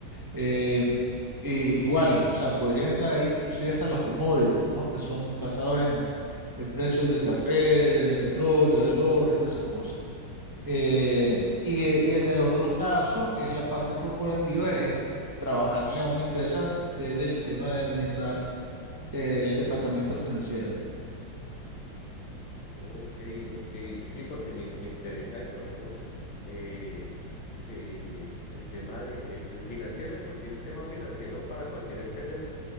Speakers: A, on the right (about 15°); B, on the left (about 70°).
A: Eh, eh, igual, o sea, podrían estar ahí inclusive hasta los commodities, ¿no? Que son basados en, en precios de café, del petróleo, del oro y todas esas cosas. Eh, y, eh, y en el otro caso, que es la parte corporativa, es trabajarle a una empresa desde el tema de administrar eh, el departamento financiero.
B: Ok, ok, sí, porque me, me interesa de pronto eh, que el tema de, de- del financiero, de por sí el tema financiero para cualquier empresa es,